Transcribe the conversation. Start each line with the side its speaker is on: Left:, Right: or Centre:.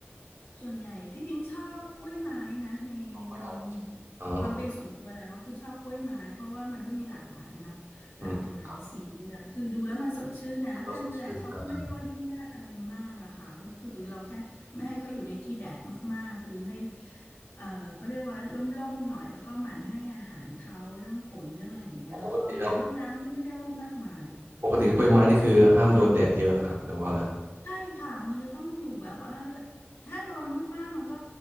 Left: ส่วนใหญ่พี่ปิงชอบกล้วยไม้นะในในความ
Right: กล้วยไม้อ๋อ
Left: ความเป็นส่วนตัวแล้วคือชอบกล้วยไม้เพราะว่ามันก็มีหลากหลายเนาะหลากหลายสีหลากคือดูแล้วมันสดชื่นนะแล้วการดูแลเขาก็ไม่ได้ว่ายุ่งยากอะไรมากอะค่ะก็คือเราแค่ไม่ให้เขาอยู่ในที่แดดมากๆคือให้
Right: อืมครับก็สดชื่นอ่าด
Left: เอ่อเขาเรียกว่าร่มๆหน่อยแล้วก็หมั่นให้อาหารเขาเรื่องปุ๋ยเรื่องอะไรอย่างเงี้ยแล้วก็รดน้ำก็ไม่ได้ว่ามากมาย
Right: ำอ๋อปกติแล้วปกติกล้วยไม้นี่คือห้ามโดนแดดเยอะเหรอครับแต่ว่า
Left: ใช่ค่ะมันจะต้องอยู่แบบว่าถ้าโดนมากๆมันก็